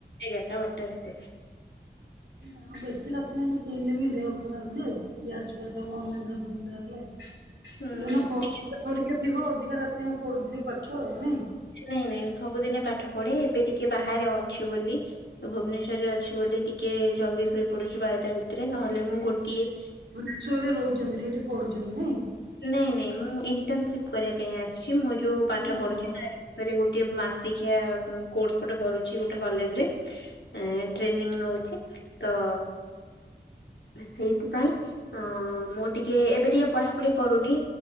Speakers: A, on the left (about 85°); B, on the right (about 80°).
A: ଏଗାରଟା ବାରଟା ଭିତରେ।।
B: ଆଉ ବେଶୀ ରାତି ଯାଏ ଚିଇଁଲେ ବି ଦେହ ଖରାପ ଯେ ଗ୍ୟାସ୍ ଫ୍ୟାସ୍ ହବ ଅନିଦ୍ରା ଫନିଦ୍ରା ହେଲେ
A: ହୁଁ
B: ଯୋଉଦିନ
A: ଟିକେ
B: ଫୋ ଟିକେ ଥିବ ଅଧିକା ରାତି ଆ ପଢୁଥିବେ ପାଠ ଆଉ ନାଇଁ।
A: ନାଇଁ ନାଇଁ ସବୁଦିନେ ପାଠ ପଢ଼େ ଏବେ ଟିକେ ବାହାରେ ଅଛି ବୋଲି ଭୁବନେଶ୍ଵରରେ ଅଛି ବୋଲି ଟିକେ ଜଲ୍ଦି ଶୋଇ ପଡୁଛି ବାରଟା ଭିତରେ ନହେଲେ ମୁଁ ଗୋଟିଏ
B: ଭ <inaudible> ରେ ରହୁଛନ୍ତି ସେଇଠି ପଢୁଛନ୍ତି ନାଇଁ।
A: ନାଇଁ ନାଇଁ ମୁଁ ଇଣ୍ଟର୍ନସିପ୍ କରିବା ପାଇଁ ଆସିଛି ମୁୋ ଯେଉଁ ପାଠ
B: ଓହୋ
A: ପଢ଼ୁଛି ତାରି ଗୋଟେ ମାସିକିଆ କୋର୍ସ ଗୋଟେ କରୁଛି ଗୋଟେ କଲେଜରେ। ଏ ଟ୍ରେନିଂ ନଉଛି ତ ସେଇଥି ପାଇଁ। ହଁ ମୁଁ ଟିକେ ଏବେ ଟିକେ ପଢାପୁଢି କରୁନି